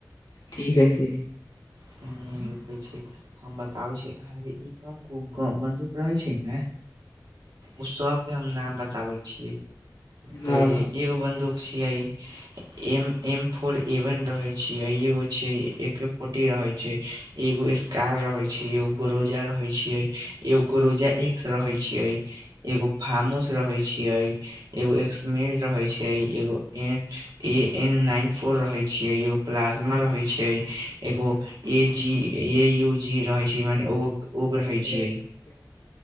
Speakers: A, on the left; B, on the right.
A: ठीक हइ छै
B: ह कहै छी हम बताबै छी अहाँ के ई कोन ग बन्दूक रहै छै ने ओ सब हम नाम बताबै छीयै
A: हँ
B: देख एगो बन्दूक छियै एम एम फोर एवन रहै छै आ एगो छै एक स्कोटी रहै छै एगो स्कार रहै छै एगो गोरोजा रहै छै एगो रोजा एक से रहे छिये एगो फार्म हाउस रहे छीये एगो एकसमे रहे छै एगो ए एन नाइन फोर रहै छियै एगो प्लाज्मा रहै छै एगो ए जी ए यू जी रहै छै मने ओ उब रहै छियै